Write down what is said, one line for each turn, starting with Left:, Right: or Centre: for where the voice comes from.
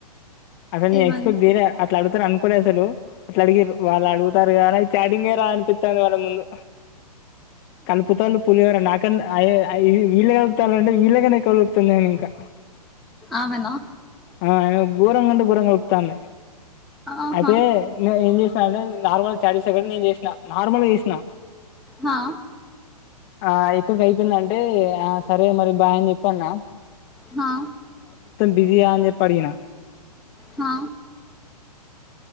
Left: అసలు న
Centre: ఏమని
Left: ఎక్స్రేట్యర అలాడుగుతా అను లే అసలు అట్లా అడిగి వాళ్ళు అడుగుతారు కానీ చాటింగ్ రా అనిపిస్తుంది వాళ్ళ ముందు కలుపుత పులివర నాకన్నా వీళ్ళ కలుపుతారుంటడి వీళ్ళగానే కలుపుతుా నేను ఇంకా
Centre: ఆమెనా
Left: ఆ గుోరం కంట గూరంగా తమ
Centre: ఆహా
Left: అదే ఏం చే మేడం నార్మల్ చాట్ చెస్ నేను చేసినా నార్మల్గా చేసినా
Centre: హా
Left: ఆ ఇక్కడికి అయిపోయిందంటే ఆ సరే మరి బాయ్ చేపి అని అన్న
Centre: హా
Left: బిజీ ఆహ్ అని చేపి అడిగిన
Centre: హా